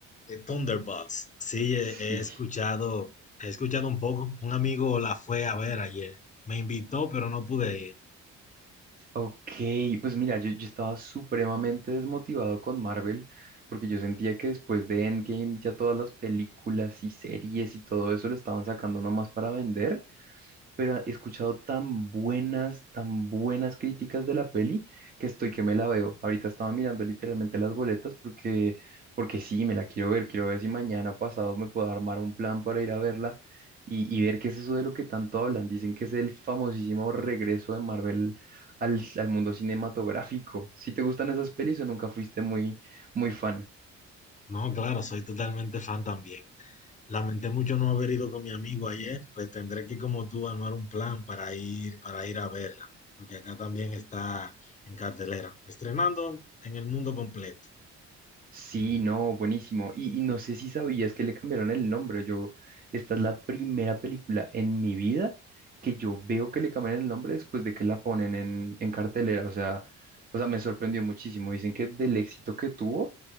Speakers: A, on the left; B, on the right.
A: Eh, Thunderbolts. Sí, he,
B: Sí,
A: he escuchado, he escuchado un poco. Un amigo la fue a ver ayer. Me invitó, pero no pude ir.
B: ok, pues mira, yo, yo estaba supremamente desmotivado con Marvel porque yo sentía que después de Endgame ya todas las películas y series y todo eso lo estaban sacando nomás para vender pero he escuchado tan buenas, tan buenas críticas de la peli que estoy que me la veo. Ahorita estaba mirando literalmente las boletas porque, porque sí, me la quiero ver. Quiero ver si mañana pasado me puedo armar un plan para ir a verla y, y ver qué es eso de lo que tanto hablan. Dicen que es el famosísimo regreso de Marvel al, al mundo cinematográfico. Si te gustan esas pelis o nunca fuiste muy, muy fan.
A: No, claro, soy totalmente fan también. Lamenté mucho no haber ido con mi amigo ayer, pues tendré que, como tú, armar un plan para ir, para ir a verla, porque acá también está en cartelera, estrenando en el mundo completo,
B: Sí, no, buenísimo. Y, y no sé si sabías que le cambiaron el nombre. Yo, esta es la primera película en mi vida que yo veo que le cambian el nombre después de que la ponen en, en cartelera. O sea, o sea, me sorprendió muchísimo. Dicen que del éxito que tuvo,